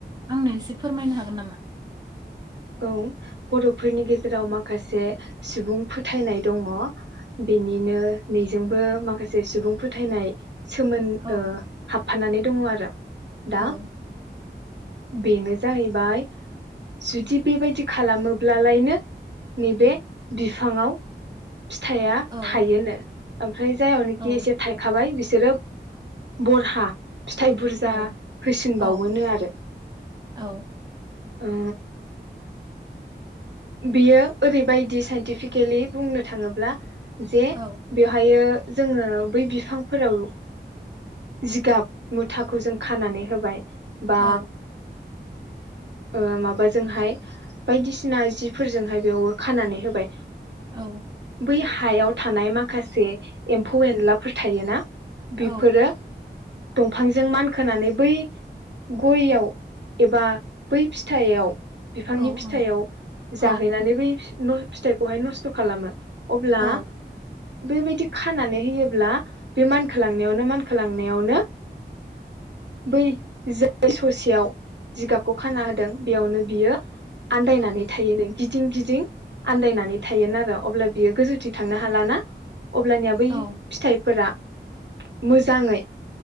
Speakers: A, on the right; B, on the right.
A: आंनो एसे फोरमायनो हागोन नामा
B: औ बर'फोरनि गेजेराव माखासे सुबुं फोथायनाय दङ बेनिनो नैजोंबो माखासे सुबुं फोथायनाय सोमोन
A: औ
B: ओ हाब फाननानै दङ आरो दा
A: औ
B: बेनो जाहैबाय जुदि बेबायदि खालामोब्लालायनो नैबे बिफाङाव फिथाइया
A: औ
B: थायोनो ओमफ्राय जायावनोखि
A: औ
B: एसे थायखाबाय बि बिसोरो बरहा फिथाइ बुरजा
A: औ
B: होसिनबावोनो
A: औ
B: आरो
A: औ
B: ओ बियो ओरैबायदि साइन्टिफिकेलि बुंनो थाङोब्ला जे
A: औ
B: बेवहायो जोङो बै बिफांफोराव जिगाब मुथाखौ जों खानानै होबाय बा
A: औ
B: ओ माबाजोंहाय बायदिसिना जिफोरजोंहाय बेयावबो खानानै होबाय
A: औ
B: बै हायाव थानाय माखासे एम्फौ एनलाफोर थायोना बेफोरो
A: औ
B: दंफांजों मानखोनानै बै गययाव एबा बै फिथाइयाव बिफांनि
A: औ
B: फिथाइयाव जाहैनानै
A: औ
B: बै न फिथखौहाय नस्थ' खालामो अब्ला
A: औ
B: बेबायदि खानानै होयोब्ला बे मानखोलांनायावनो मानखोलांनायावनो बै <unintelligible> ससेयाव जिगाबखौ खाना होदों बेयावनो बियो आन्दायनानै थायोनो गिदिं गिदिं आन्दायनानै थायो अब्ला बियो गोजोन थिं थांनो हाला ना अब्लानिया बै
A: औ
B: फिथाइफोरा मोजाङै